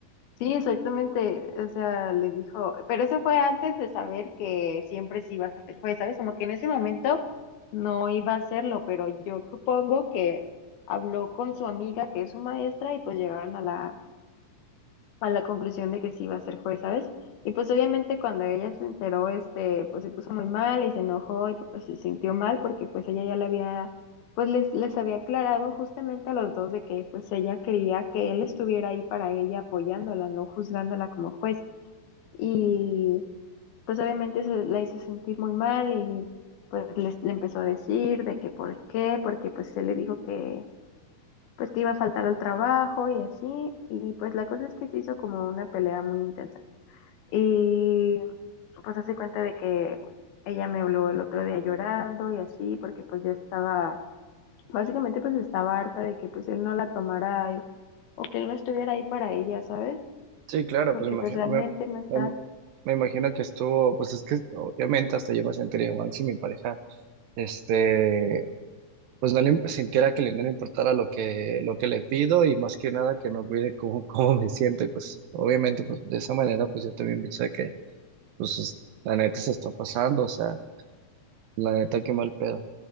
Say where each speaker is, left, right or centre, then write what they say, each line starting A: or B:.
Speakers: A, on the left; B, on the right.
A: Sí, exactamente. O sea, le dijo, pero eso fue antes de saber que siempre sí iba a ser juez, ¿sabes? Como que en ese momento no iba a hacerlo, pero yo supongo que habló con su amiga que es su maestra y pues llegaron a la a la conclusión de que sí iba a ser juez, ¿sabes? Y pues obviamente cuando ella se enteró, este, pues se puso muy mal y se enojó y pues se sintió mal porque pues ella ya le había, pues les, les había aclarado justamente a los dos de que pues ella quería que él estuviera ahí para ella apoyándola, no juzgándola como juez. Y pues obviamente eso la hizo sentir muy mal y pues les- le empezó a decir de que por qué, porque pues él le dijo que pues que iba a faltar al trabajo y así, y pues la cosa es que se hizo como una pelea muy intensa. Y pues hace cuenta de que ella me habló el otro día llorando y así, porque pues ya estaba, básicamente pues estaba harta de que pues él no la tomara y- o que él no estuviera ahí para ella, ¿sabes?
B: Sí, claro,
A: Porque
B: pues imagino,
A: pues realmente
B: me,
A: no está.
B: me- me imagino que estuvo, pues es que obviamente hasta yo me sentiría mal si mi pareja, este, pues no le sintiera que le, no le importara lo que, lo que le pido y más que nada que no cuide cómo, <laughs> cómo me siento. Y pues obviamente, pues de esa manera, pues yo también pensé que, pues es- la neta se está pasando, o sea, la neta qué mal pedo.